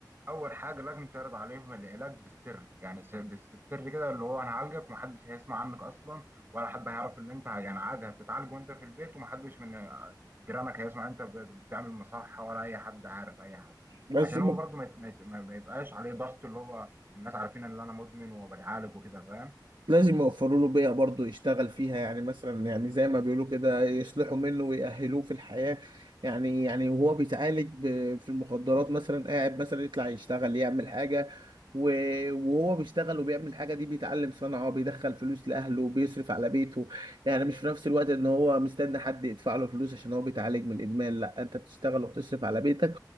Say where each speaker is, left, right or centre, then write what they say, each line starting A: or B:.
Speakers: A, on the right; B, on the right.
A: أول حاجة لازم تعرض عليهم العلاج بالسر يعني س- بس- بالسر كده اللي هو هنعالجك ومحدش هيسمع عنك أصلا ولا حد هيعرف إن أنت يعني عادي هتتعالج وأنت في البيت ومحدش من آه، جيرانك هيسمع أنت ب- بتعمل مصحة ولا أي حد عارف أي حاجة
B: بس
A: عشان
B: م-
A: هو برضو ما يت- ما يت- ما- ما يبقاش عليه ضغط اللي هو الناس عارفين إن أنا مدمن وبتعالج وكده فاهم
B: لازم يوفروا له بيئة برضه يشتغل فيها يعني مثلا يعني زي ما بيقولوا كده يصلحوا منه ويأهلوه في الحياة يعني يعني وهو بيتعالج ب- في المخدرات مثلا قاعد مثلا يطلع يشتغل يعمل حاجة و- وهو بيشتغل وبيعمل الحاجة دي بيتعلم صنعة بيدخل فلوس لأهله بيصرف على بيته يعني مش في نفس الوقت إن هو مستني حد يدفع له فلوس عشان هو بيتعالج من الإدمان لا أنت بتشتغل وبتصرف على بيتك